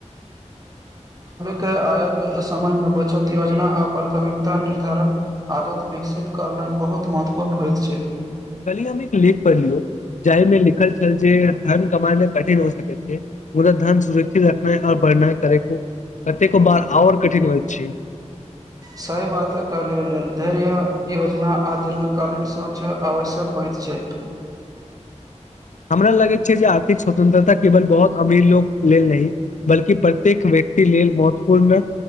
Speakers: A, on the right; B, on the left.
A: के आयक समयमे बचत योजना आ प्राथमिकता निर्धारण आदत विकसित कर बहुत महत्वपूर्ण होयत छै
B: कल्ही हम एक लेख पढ़लियो जाहि मे लिखल छल जे धन कमाना कठिन हो सक ओ धान सुरक्षित ना आओर बढ़नाइ करै कतेको ओर कठिन होइत छै
A: साइ बाात काल लेल धर्य योजना आ दीर्घ कालीन शौच आवश्यक होइत छै
B: हमरा लगैत छै जे आर्थिक स्वतंत्रता केवल बहुत अमीर लोग लेल नहि बल्कि प्रत्येक व्यक्ति लेल महत्वपूर्ण